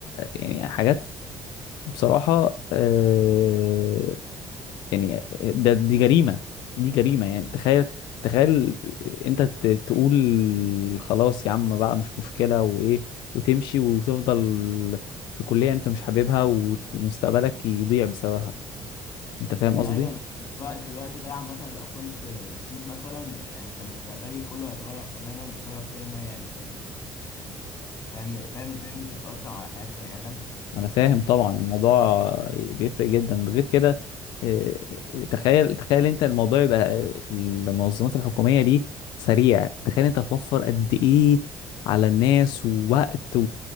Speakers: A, on the left; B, on the left.
A: يعني حاجات بصراحه آه، يعني ده دي جريمه دي جريمه يعني
B: مم.
A: تخيل تخيل انت ت- تقول خلاص يا عم بقى مش مشكله وايه وتمشي وتفضل في كليه انت مش حاببها وت- ومستقبلك يضيع بسببها انت فاهم
B: يا ابني
A: قصدي
B: ايوه انا في الف- في الوقت ده عامه لو كنت مشيت مثلا يعني كان مستقبلي كله هيتغير تماما بسبب كلمه هي قالتها لي يعني فاهم فاهم ازاي ممكن تاثر على حياه بني ادم
A: انا فاهم طبعا الموضوع بيفرق جدا غير كده آه، تخيل تخيل انت الموضوع يبقى في المنظمات الحكوميه دي سريع تخيل انت هتوفر قد ايه على الناس ووقت و...